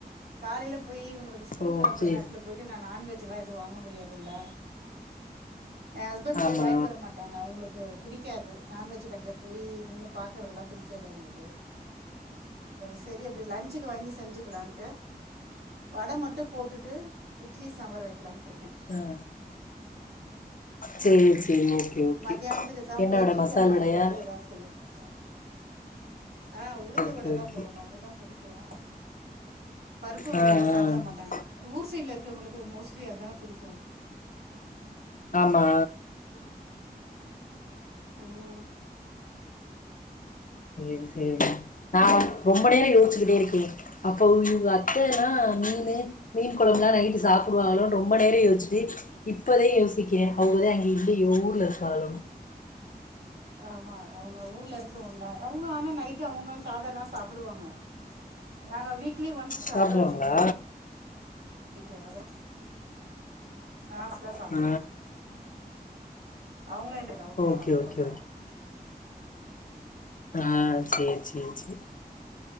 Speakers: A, on the right (about 90°); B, on the left (about 55°).
A: காலையில போய் அவனுக்கு ஸ்கூல்
B: ஓ
A: கெலப்புர
B: சேரி
A: நேரத்துல போயிட்டு நான் நான்வெஜ் இதுலாம் எதுவும் வாங்க முடியாதுல்ல என் ஹஸ்பண்ட்
B: ஆமா
A: போய் வாய்ன்ட்டு வரமாட்டங்க அவங்களுக்கு க்கு புடிக்காது நான்வெஜ் கடையில போய் நின்னு பாக்கிறதெல்லாம் புடிக்காது அவங்களுக்கு செரி அப்டி லஞ்ச்சிக்கு வாங்கி செஞ்சுகலான்டு வட மட்டும் போட்டுட்டு இட்லி சாம்பார் வைக்கலான்ட்டுற்று இருக்கேன்
B: ஆ சேரி
A: உம்
B: சேரி ஓகே ஓகே
A: மத்தியானத்துக்குத்தான்
B: என்ன
A: போய்
B: வட
A: சிக்கன்
B: மசால்
A: வாங்கிட்டு
B: வடையா
A: வந்து எதாவது செய்யணு <inaudible> ஆ உளுந்து
B: ஓகே
A: வட
B: ஓகே
A: தான் போடணும் அது தான் புடிக் கோம் பருப்பு வடையல்லாம்
B: ஆ ஆ
A: சாப்பட மாட்டாங்க ஊர் சைட்ல இருக் <unintelligible> மோஸ்ட்லி அதான புடிக்கும்
B: ஆமா
A: உம்
B: செரி செரி நான் ரொம்ப நேரம் யோஸ்ச்சுகிட் இருக்கே அப்போ இவங்க அத்தையேல்ல மீனு
A: ம்
B: மீன் குழங்பளா நைட்டு சாப்பிடுவாங்களோ ரொம்ப நெரம் யோசிச்சு <unintelligible> இப்பதே யோஸ் திக்கி அவுங்தா இங்கில்லயே ஊர்ல இக்காலோ
A: ஆமா அவுங்க ஊர்ல இருக்கரவுங்க அவுங்க ஆனா நைட்டு அவுங்க சாதலா சாப்புடுவாங்க நாங்க வீக் லி ஒன்ஸ் சாத
B: சாப்டுவாங்களா
A: வச்சுப்போ நைட் <unintelligible> பாஸ்டா சாப்டுவாங்க
B: ஆ
A: அவுங்களே எந்த்ரி அவுங்லே
B: ஓகே
A: சாப்டுவாங்க
B: ஓகே ஆஹ் சேரி சேரி சேரி